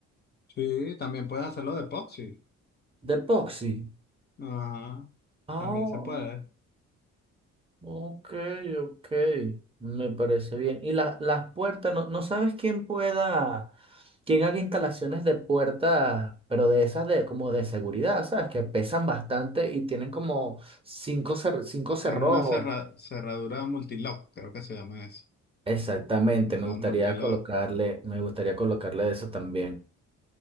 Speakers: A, on the left; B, on the right.
A: sí, también puedes hacerlo de epoxi.
B: De epoxi.
A: Ajá,
B: oh
A: también se puede.
B: ok, ok. Me parece bien. Y la- las puertas, no, no sabes quién pueda, quién haga instalaciones de puertas, pero de esas de como de seguridad, ¿sabes? Que pesan bastante y tienen como cinco, cer- cinco cerrojos.
A: Como una cerra- cerradura multilock, creo que se llama eso.
B: Exactamente, me gustaría
A: La multilock.
B: colocarle, me gustaría colocarle eso también.